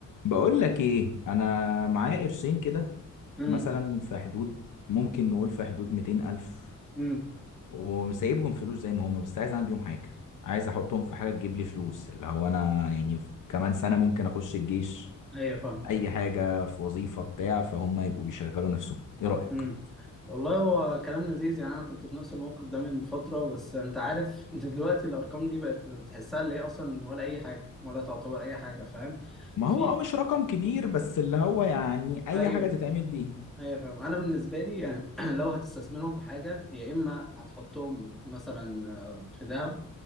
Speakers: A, on the left (about 70°); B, in the centre.
A: بقول لك ايه انا معايا قرشين كده
B: امم
A: مثلا في حدود ممكن نقول في حدود 200 الف
B: امم
A: وسايبهم فلوس زي ما هم بس عايز اعمل بيهم حاجه عايز احطهم في حاجه تجيب لي فلوس اللي هو انا يعني في- كمان سنه ممكن اخش الجيش
B: ايوه فاهم
A: اي حاجه في وظيفه بتاع فهم يبقوا بيشغلوا نفسهم ايه رايك
B: امم والله هو كلام لذيذ يعني انا كنت في نفس الموقف ده من فتره بس انت عارف انت دلوقتي الارقام دي بقت بتحسها اللي هي اصلا ولا اي حاجه ولا تعتبر اي حاجه فاهم
A: ما
B: في
A: هو اه مش رقم كبير بس اللي هو يعني اي
B: ايوه
A: حاجه تتعمل بيه
B: ايوه فاهم انا بالنسبه لي يعني <clears throat> لو هتستثمرهم في حاجه يا اما هتحطهم مثلا آه، في ذهب